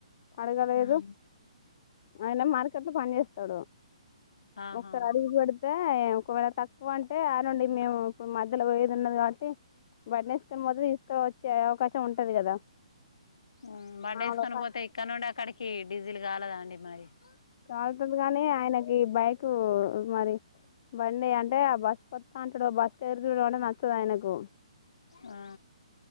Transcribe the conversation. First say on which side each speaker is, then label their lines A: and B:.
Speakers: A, on the left; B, on the left.
A: అడగలేదు
B: ఉమ్
A: ఆయన మార్కేట్లో పన్ చేస్ తడు
B: ఆహా
A: ఒక్ సర్ అడిగి పడీతే ఇ్య్ ఒకవేళ తక్కువ అంటే అ రండి <unintelligible> మేము ఇప్పుడు మధ్యలో పోయేది ఉన్నది కాబట్టి బండి యేసుకొన్ పోతది <unintelligible> తీసుకు వచ్చే అవకాశం ఉంటది కదా
B: ఉమ్ బండి
A: మాములు
B: ఏసుకొని పోతే ఇక్కడ నుండి అక్కడికి డీజిల్ కాలదా అండి మై ఫ్
A: కాల్ తది గానీ ఆయనకి బైకు మరి బండి అంటే ఆ బస్ కొత్ తంటాడు బస్ క్ ఎదురుడమ్ అంటే నచ్చద్ ఆయనకు
B: ఆ